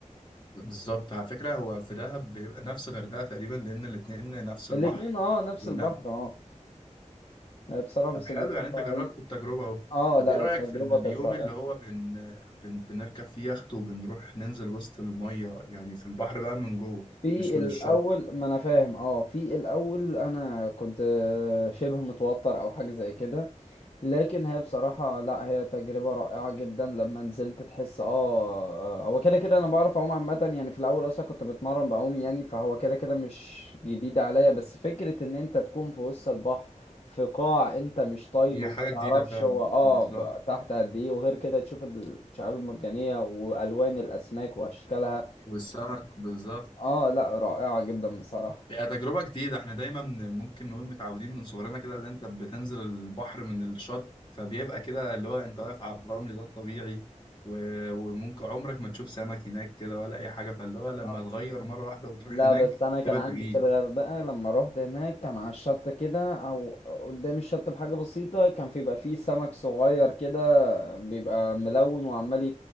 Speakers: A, on the left; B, on the left.
A: بالظبط على فكره هو في دهب بيبقى نفس غردقه تقريبا لان الاتنين نفس البحر
B: الاتنين اه نفس
A: ونعم
B: البحر اه آه، بصراحة بس
A: طب حلو
B: الاتنين
A: يعني انت
B: رائعين
A: جربت التجربه اهو
B: اه
A: طب
B: لا
A: ايه رايك
B: التجربة
A: في اليوم
B: كانت رائعة
A: اللي هو بن... بن... بنركب فيه يخت وبنروح ننزل وسط الميه يعني في البحر بقى من جوه
B: في
A: مش من
B: الأول
A: الشط
B: ما أنا فاهم اه في الأول أنا كنت شبه متوتر أو حاجة زي كده لكن هي بصراحة لا هي تجربة رائعة جدا لما نزلت تحس اه آه، هو كده كده انا بعرف اعوم عامة يعني في الاول اصلا كنت بتمرن بعوم يعني فهو كده كده مش جديد عليا بس فكرة ان انت تكون في وسط البحر في قاع انت مش طايله
A: هي حاجة
B: ما
A: جديدة
B: تعرفش
A: فعلا
B: هو اه
A: بالظبط
B: ب- تحت قد ايه وغير كده تشوف الشعاب المرجانية والوان الاسماك واشكالها
A: والسمك بالظبط
B: اه لا رائعة جدا بصراحة
A: هي تجربة جديدة احنا دايما ممكن نقول متعودين من صغرنا كده اللي انت بتنزل البحر من الشط فبيبقى كده اللي هو انت واقف على الرمل ده الطبيعي و- وممكن عمرك ما تشوف سمك هناك كده ولا اي حاجة فاللي هو لما
B: آه.
A: تغير مرة واحدة وتروح
B: لا
A: هناك
B: بس انا كان
A: تبقى
B: عندي
A: تغيير
B: في الغردقه لما روحت هناك كان على الشط كده او قدام الشط بحاجه بسيطه كان في بيبقى فيه سمك صغير كده بيبقى ملون وعمال ي-